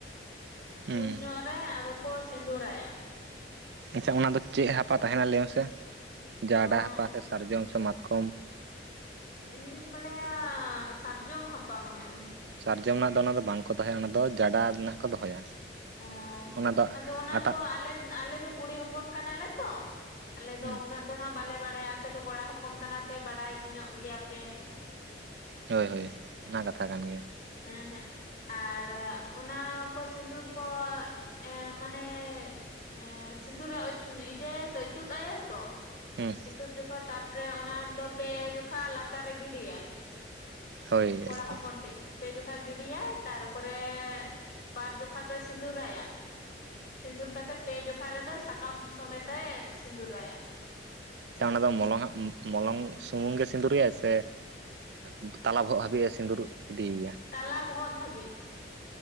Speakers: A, on the right; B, on the left.
A: ᱦᱩᱸ
B: ᱧᱩᱛ ᱧᱩᱚᱜ ᱨᱮ ᱟᱫᱚ ᱠᱚ ᱥᱤᱸᱫᱩᱨᱟᱭᱟ
A: ᱟᱪᱪᱷᱟ ᱚᱱᱟ ᱫᱚ ᱪᱮᱫ ᱦᱟᱯᱟ ᱛᱟᱦᱮᱱᱟ ᱞᱟᱹᱭ ᱢᱮᱥᱮᱫ ᱡᱟᱰᱟᱜ
B: ᱚᱸᱜ
A: ᱦᱟᱯᱟ ᱥᱮ ᱥᱟᱨᱡᱚᱢ ᱥᱮ ᱢᱟᱛᱠᱚᱢ
B: ᱤᱧ ᱫᱩᱧ ᱵᱟᱰᱟᱭ ᱥᱟᱨᱡᱚᱢ ᱦᱟᱯᱟ ᱢᱟᱱᱮ ᱦᱚᱭ
A: ᱥᱟᱨᱡᱚᱢ ᱨᱮᱱᱟᱜ ᱫᱚ ᱚᱱᱟ ᱫᱚ ᱵᱟᱝᱠᱚ ᱫᱚᱦᱚᱭᱟ ᱚᱱᱟ ᱫᱚ ᱡᱟᱰᱟ ᱨᱮᱱᱟᱜ ᱠᱚ ᱫᱚᱦᱚᱭᱟ
B: ᱚᱸ
A: ᱚᱱᱟ ᱫᱚ
B: ᱟᱫᱚ ᱚᱱᱟ
A: ᱟᱴᱟᱜ
B: ᱫᱚ ᱟᱞᱮ ᱟᱞᱮ ᱫᱚ ᱠᱩᱲᱤ ᱦᱚᱯᱚᱱ ᱠᱟᱱᱟᱞᱮ ᱛᱚ ᱟᱞᱮ ᱫᱚ
A: ᱦᱩᱸ
B: ᱩᱱᱟᱹᱜ ᱫᱚᱱᱷᱟᱜ ᱵᱟᱞᱮ ᱵᱟᱲᱟᱭᱟ ᱟᱯᱮ ᱫᱚ ᱠᱚᱲᱟ ᱦᱚᱯᱚᱱ ᱠᱟᱱᱟ ᱯᱮ ᱵᱟᱲᱟᱭ ᱧᱚᱜ ᱜᱮᱭᱟᱯᱮ
A: ᱦᱳᱭ ᱦᱳᱭ ᱚᱱᱟ ᱠᱟᱛᱷᱟ ᱠᱟᱱ ᱜᱮᱭᱟ
B: ᱦᱮᱸ ᱦᱮᱸ ᱟᱨ ᱚᱱᱟ ᱠᱚ ᱥᱤᱸᱫᱩᱨ ᱠᱚ ᱮ ᱢᱟᱱᱮ ᱮᱸᱻ ᱥᱤᱸᱫᱩᱨ ᱨᱮ ᱤᱡᱟᱹ ᱟᱭᱟᱭ ᱛᱚ ᱤᱛᱩᱫ ᱟᱭᱟ ᱛᱚ
A: ᱦᱩᱸ
B: ᱤᱛᱩᱫ ᱡᱚᱠᱷᱚᱡ ᱛᱟᱨᱯᱚᱨᱮ ᱚᱱᱟ ᱫᱚ ᱯᱮ ᱡᱚᱠᱷᱚᱡ ᱞᱟᱛᱟᱨ ᱨᱮ ᱜᱤᱰᱤᱭᱟᱭ
A: ᱦᱳᱭ
B: ᱠᱚᱲᱟ
A: ᱮᱠᱫᱚᱢ
B: ᱦᱚᱯᱚᱱ ᱴᱤᱡ ᱯᱮ ᱡᱚᱠᱷᱟ ᱜᱤᱰᱤᱭᱟᱭ ᱛᱟᱨᱯᱚᱨᱮ ᱵᱟᱨ ᱡᱚᱠᱷᱟ ᱫᱚᱭ ᱥᱤᱸᱫᱩᱨᱟᱭᱟᱭ ᱥᱤᱫᱩᱨ ᱠᱟᱛᱮᱫ ᱯᱮ ᱡᱚᱠᱷᱟ ᱨᱮᱫᱚ ᱥᱟᱠᱟᱢ ᱥᱚᱢᱮᱛ ᱮᱭ ᱥᱤᱸᱫᱩᱨᱟᱭᱟ
A: ᱡᱟ ᱚᱱᱟ ᱫᱚ ᱢᱚᱞᱚᱝ ᱟᱜ ᱢᱚᱞᱚᱝ ᱥᱩᱢᱩᱝ ᱜᱮ ᱥᱤᱸᱫᱩᱨᱤᱭᱟᱭ ᱥᱮ ᱮᱜ ᱛᱟᱞᱟ ᱵᱚᱦᱚᱜ ᱦᱟᱹᱵᱤᱡ ᱮ ᱥᱤᱸᱫᱩᱨ ᱤᱫᱤᱭᱭᱟ
B: ᱛᱟᱞᱟ ᱵᱚᱦᱚᱜ ᱫᱷᱟᱹᱵᱤᱡ